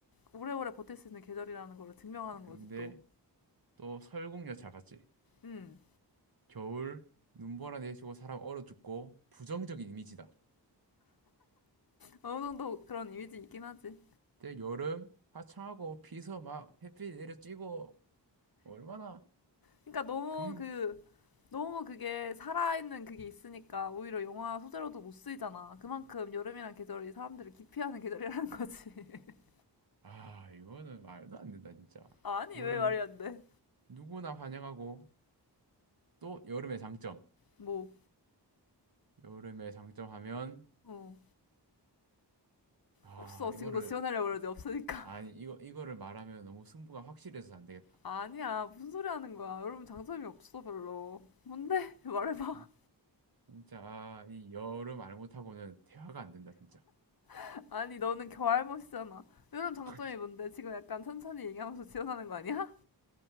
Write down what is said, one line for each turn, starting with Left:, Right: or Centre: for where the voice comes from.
Left: 오래오래 버틸 수 있는 계절이라는 걸 증명하는
Right: 근데
Left: 거지 또.
Right: 또 설국열 잘 봤지.
Left: 음
Right: 겨울, 눈보라 내리고 사람 얼어 죽고, 부정적인 이미지다.
Left: 어느 정도 그런 이미지 있긴 하지.
Right: 근데 여름, 화창하고 비서 막 햇빛 내려 찌고, 얼마나
Left: 그러니까 너무
Right: 긍,
Left: 그 너무 그게 살아있는 그게 있으니까 오히려 영화 소재로도 못 쓰이잖아. 그만큼 여름이란 계절이 사람들을 기피하는 계절이라는 거지. <laughs>
Right: 아, 이거는 말도 안 된다, 진짜.
Left: 아니
Right: 여름,
Left: 왜 말이 안 돼?
Right: 누구나 환영하고, 또 여름의 장점.
Left: 뭐
Right: 여름의 장점 하면,
Left: 어.
Right: 아,
Left: 없어. 지금
Right: 이거를,
Left: 너 지원하려고 그러지. 없으니까.
Right: 아니, 이거, 이거를 말하면 너무 승부가 확실해서 안 되겠다.
Left: 아니야, 무슨 소리 하는 거야. 여러분 장점이 없어, 별로. 뭔데? <laughs> 말해봐.
Right: 음, 진짜, 아, 이 여름 말 못하고는 대화가 안 된다, 진짜.
Left: <laughs> 아니, 너는 겨알할머잖아 여러분 장점이
Right: <laughs>
Left: 뭔데? 지금 약간 천천히 얘기하면서 지어나는 거 아니야?